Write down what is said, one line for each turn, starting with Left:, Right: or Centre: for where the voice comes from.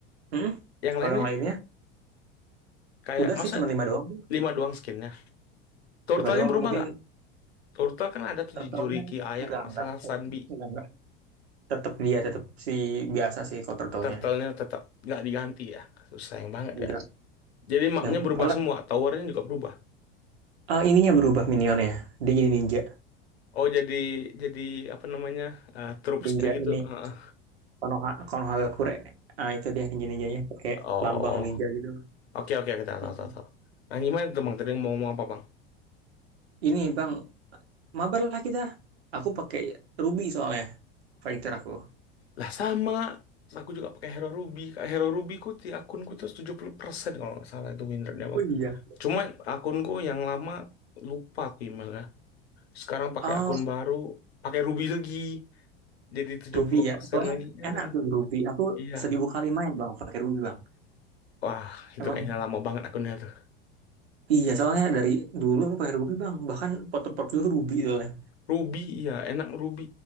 Right: hmm?
Left: Yang
Right: kalau
Left: lainnya
Right: yang lainnya
Left: kayak
Right: udah
Left: masa
Right: sih cuma lima doang Bang.
Left: lima doang skinnya? Turtle-nya
Right: lima doang
Left: berubah
Right: mungkin
Left: nggak? Turtle kan ada tuh
Right: turtle
Left: Jinchuriki
Right: enggak
Left: air kalau nggak
Right: enggak
Left: salah Sunbi.
Right: enggak enggak tetap dia tetap si biasa sih kalau turtle
Left: Turtle-nya tetap nggak diganti ya. Sayang banget
Right: Enggak.
Left: ya. Jadi mapnya
Right: Yang
Left: berubah
Right: bahkan,
Left: semua, towernya juga berubah.
Right: eh, ininya berubah minionnya. Dia jadi ninja.
Left: Oh jadi jadi apa namanya eh, troops-nya
Right: Ninja
Left: gitu.
Right: ini
Left: Heeh.
Right: Konoha Konohagakure. Ah, itu dia ninja-ninjanya pakai
Left: oh
Right: lambang ninja gitu.
Left: oke oke kita
Right: Mm-mm.
Left: tahu tahu tahu. Nah gimana tuh bang? Tadi mau ngomong apa bang?
Right: Ini Bang, mabar lah kita. Aku pakai Ruby soalnya fighter aku.
Left: Lah sama, Terus aku juga pakai Hero Ruby. Kayak Hero Ruby ku di akunku tuh 70% kalau nggak salah itu win rate-nya, Bang.
Right: Oh iya.
Left: Cuma akunku yang lama lupa aku emailnya. Sekarang pakai
Right: Oh,
Left: akun baru, pakai Ruby lagi. Jadi 70%
Right: Ruby ya. Soalnya
Left: lagi. Ya,
Right: enak tuh Ruby. Aku
Left: iya.
Right: seribu kali main Bang pakai Ruby Bang.
Left: Wah, itu
Right: Emang
Left: kayaknya lama banget akunnya tuh.
Right: iya soalnya dari dulu aku pakai Ruby Bang. Bahkan foto profil Ruby soalnya.
Left: Ruby, iya, enak Ruby.